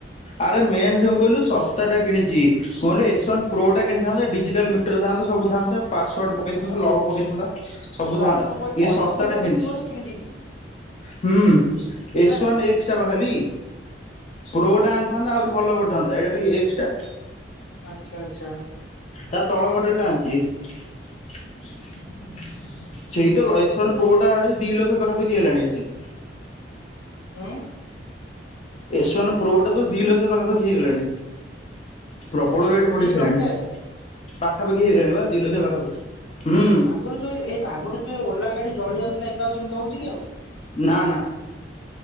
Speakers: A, on the left; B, on the left.
A: ଆରେ ମେନ୍ ଯୋ କହିଲୁ ଶସ୍ତା ଟା କିଣିଛିି। କୁହିଲ ଏସନ୍ ପ୍ରୋ ଟା କିଣିଥାନ୍ତ ଡିଜିଟାଲ ମେଟ୍ରୋ ଥାନ୍ ନ୍ତା ସବୁ ଥାନ୍ତା। ପାସୱାର୍ଡ ପକେଇଥାନ୍ତା, ଲକ୍ ପକେଇଥାନ୍ତା, ସବୁ
B: ହଁ
A: ଥାନ୍ତା।
B: ଅଳ୍ପ
A: ଇଏ
B: ଅଳ୍ପ
A: ଶସ୍ତା
B: ପଇସା
A: ଟା କିଣିଛି।
B: ଦେଖିକି ବୋଧେ କିଣି ଦେଇଛି
A: ହୁଁ ଏସୱାନ
B: ନା
A: ଏକ ଇଷ୍ଟା ବା ଖାଲି ପ୍ରୋଟା ଆଣିଥାନ୍ତା ଆହୁରି ଭଲ କରିଥାନ୍ତା ଏଇଟା ଖାଲି ଏକ୍ଟ୍ରା।
B: ଆଛା, ଆଛା।
A: ତା ତଳ ମଡ଼େଲ ଟା ଆଣିଛି। ସେଇ ତ ଏସ୍ଵନ୍ ପ୍ରୋଟା ଆସି ଦି ଲକ୍ଷ ପାଖାପାଖି ହେଲାଣି ଆସି।
B: ହୁଁ।
A: ଏସୱାନ ପ୍ରୋଟା ତ ଦି ଲକ୍ଷ ପାଖାପାଖି ହେଇଗଲାଣି। ପ୍ରବଳ ରେଟ୍ ପଢେଇ
B: ଦି
A: ସାରିଲାଣି
B: ଲକ୍ଷେ
A: ପାଖାପାଖି ହେଇଗଲାଣି ବା ଦି ଲକ୍ଷ ପାଖାପାଖି। ହୁଁ
B: ଆଗରୁ ଯୋଉ ଏଇ ଆଗରୁ ଯୋଉ ଓଲା ଗାଡି ଜଳି ଯାଉଥିଲା ଏବେ ଆଉ ସେମିତି ହଉଛି କି ଆଉ।
A: ନା ନା।